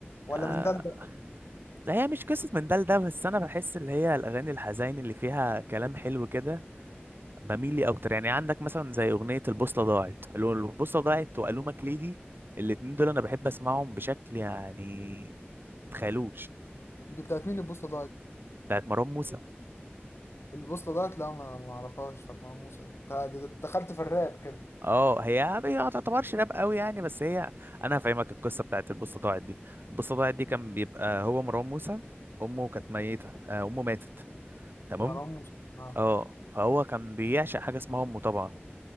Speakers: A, on the left; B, on the right.
A: ولا
B: آه
A: من ده لده؟
B: هي مش قصه من ده لده بس انا بحس اللي هي الاغاني الحزين اللي فيها كلام حلو كده بميل لي اكتر يعني عندك مثلا زي اغنيه البوصله ضاعت اللي هو البوصله ضاعت والومك ليدي الاتنين دول انا بحب اسمعهم بشكل يعني تخيلوش
A: دي بتاعت مين البوصه
B: بتاعت مروان موسى
A: البوصلة ديت لا ما ما اعرفهاش بتاعت مروان موسى دي انت د- دخلت في الراب كده
B: اه هي هي ما تعتبرش راب قوي يعني بس هي انا هفهمك القصه بتاعت البوصله ضاعت دي البوصله ضاعت دي كان بيبقى هو مروان موسى امه كانت ميته آه، امه ماتت تمام
A: مروان موسى اه
B: اه فهو كان بيعشق حاجه اسمها امه طبعا